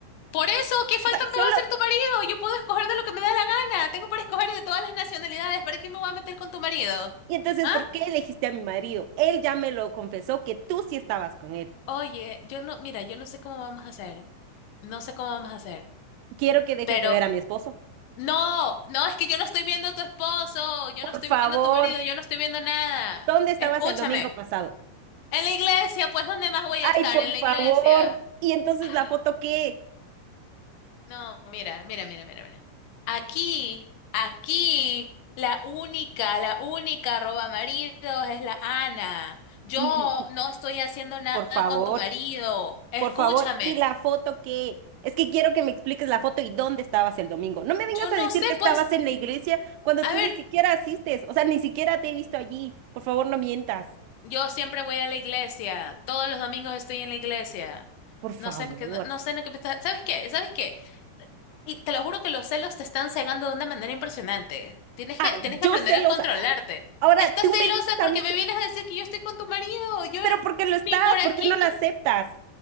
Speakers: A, on the left; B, on the right.
A: Por eso, ¿qué falta
B: O sea, solo...
A: me va a hacer tu marido? Yo puedo escoger de lo que me da la gana. Tengo para escoger de todas las nacionalidades. ¿Para qué me voy a meter con tu marido?
B: Y entonces,
A: ¿Ah?
B: ¿por qué elegiste a mi marido? Él ya me lo confesó que tú sí estabas con él.
A: Oye, yo no, mira, yo no sé cómo vamos a hacer. No sé cómo vamos a hacer.
B: Quiero que dejes
A: Pero
B: de ver a mi esposo.
A: No, no, es que yo no estoy viendo a tu esposo, yo
B: Por
A: no estoy
B: favor,
A: viendo a tu marido, yo no estoy viendo nada.
B: ¿dónde estabas
A: Escúchame.
B: el domingo pasado?
A: En la iglesia, pues, ¿dónde más voy
B: Ay,
A: a estar?
B: por
A: En la
B: favor.
A: iglesia.
B: ¿Y entonces
A: Ah,
B: la foto qué?
A: no, mira, mira, mira, mira, mira. Aquí, aquí, la única, la única roba maridos es la Ana. Yo
B: <laughs>
A: no estoy haciendo nada
B: Por favor,
A: con tu marido. Escúchame.
B: por favor. ¿Y la foto qué? Es que quiero que me expliques la foto y dónde estabas el domingo. No me vengas
A: Yo no
B: a decir
A: sé,
B: que estabas
A: pues,
B: en la iglesia cuando
A: a
B: tú
A: ver.
B: ni siquiera asistes. O sea, ni siquiera te he visto allí. Por favor, no mientas.
A: Yo siempre voy a la iglesia, todos los domingos estoy en la iglesia.
B: Por favor.
A: No sé, qué- no sé lo que me está... ¿Sabes qué? ¿Sabes qué? Y te lo juro que los celos te están cegando de una manera impresionante. Tienes
B: Ah,
A: que, tienes que
B: yo
A: aprender
B: celosa.
A: a controlarte.
B: Ahora
A: Estás
B: tú
A: celosa
B: me dices a
A: porque
B: mí,
A: me
B: ce-
A: vienes a decir que yo estoy con tu marido. Yo
B: pero ¿por qué lo estás?
A: ni por aquí,
B: ¿Por qué no lo aceptas?